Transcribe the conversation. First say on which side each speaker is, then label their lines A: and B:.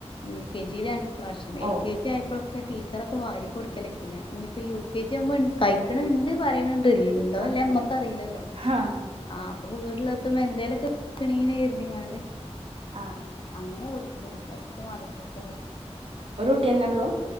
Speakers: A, on the left; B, on the right.
A: യു കെ ജിയിലാണ് ഇ പ്രാവശ്യം എൽ
B: ഓ
A: കെ ജി ആയപ്പോള് ടീച്ചറൊക്കെ വാരി കൊടുക്കലക്കെന്ന പിന്നെപ്പ യു കെ ജി ആവുമ്പോ കഴിക്കണിണ്ട് പറയണ് ണ്ട് ഉണ്ടോ
B: ആഹ്
A: ഇല്ലേ നമ്മക്ക് അറിയില്ലല്ലോ
B: ആഹ്
A: ആഹ് അപ്പ വീട്ടിലെത്തുമ്പോ എന്തേലൊക്കെ <unintelligible> കരുതിണാണ്ട്
B: ആഹ്
A: അങ്ങനെ കൊടുക്കും വിശപ്പ് മാറിക്കോട്ടേ
B: ഒരു കുട്ടി തന്നെ ഉള്ളൂ